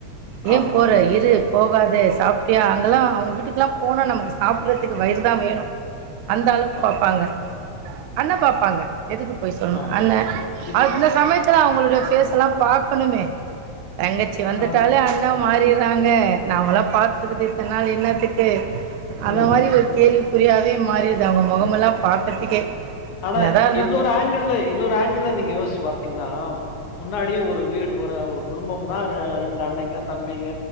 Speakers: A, on the right (about 85°); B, on the left (about 85°).
A: ஏ
B: ஆமா,
A: போற
B: ஆமா.
A: இரு போகாத சாப்பிட்டியா அங்கெல்லா அவங் வீட்டுக்கெல்லா போனா நமக்கு சாப்பிறதுக்கு வயிறு தா வேணு அந்த அளவுக்பாப்பாங்க
B: ஆமா. ம்.
A: அண்ணே பாப்பாங்க எதுக்கு பொய் சொல்னோ
B: ஆமா.
A: அண்ணே
B: இது
A: அந்த சமயத்துல அவுங்களுடைய ஃபேசலா பாக்கணுமே தங்கச்சி வந்துட்டாலே
B: ஆ.
A: அண் ணா மாறிற்றாங்க நாம்மளா பாத்துக்குரது இத்தன் நாள் இன்னாத்துக்கு அந்த
B: ம்.
A: மாரி ஒரு கேள்விக்குரியாவே மாறியிது அவுங்க மொகமெல்லா
B: ரைட்.
A: பாக்கறதுக்கே
B: ஆனா
A: இன்னதா இருந்தா
B: <unintelligible> இன்னொரு ஆங்கிள்ல நீங்க யோசிச்சு பாத்தீங்னா முன்னாடி ஒரு வீ ஒரு ஒரு குடும்பம்னா ரெ ரெண் அண்ணங்க தம்பிங்க